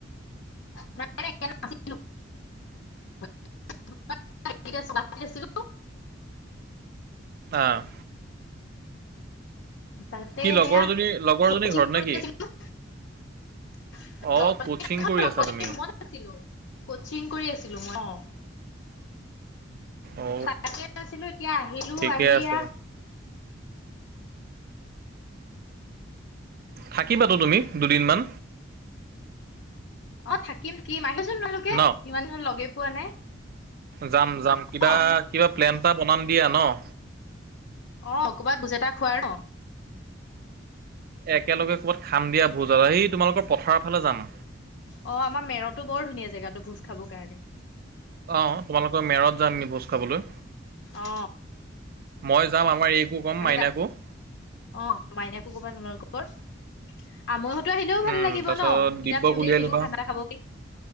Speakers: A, on the left; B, on the right.
A: <unintelligible> <unintelligible>
B: অ'।
A: তাতে
B: কি লগৰজনী
A: সেয়া
B: লগৰজনী
A: কচিং
B: ঘৰত নেকি
A: কৰি আছিলো। <unintelligible>
B: অ কচিং কৰি আছা তুমি
A: কচিং কৰি আছিলো মই, অ'।
B: অ
A: তাতে আছিলো এতিয়া আহিলো
B: ঠিকে
A: আহি
B: আছে
A: এয়া
B: থাকিবাতো তুমি দুদিনমান?
A: অ', থাকিম কিম আহিবাচোন তোমালোকে
B: ন
A: ইমান দিন লগেই পোৱা নাই।
B: যাম যাম কিবা
A: অ
B: কিবা প্লেন এটা বনাম দিয়া ন'?
A: অ', ক'ৰবাত বুজেটা খোৱাৰ ন'?
B: এ একেলগে ক'ৰবাত খাম‌ দিয়া ভোজ এটা, সি তোমালোকৰ পথাৰৰ ফালে যাম।
A: অ', আমাৰ মেৰতো বৰ ধুনীয়া জেগাটো ভোজ খাবৰ কাৰণে।
B: অ', তোমালোকৰ মেৰত যাম ভোজ আমি খাবলৈ,
A: অ
B: মই যাম আমাৰ এই কো ক'ম
A: আহিবা
B: মাইনাকো।
A: অ', মাইনাকো কবা তোমালোকৰ। আমৈহঁতো আহিলেও ভাল
B: উম
A: লাগিব
B: তাৰপিছত
A: ন', দুইটা
B: দিব্যক
A: ফেমিলি
B: উলিয়াই
A: মিলিও
B: ল'বা
A: খানা খাব পাৰি।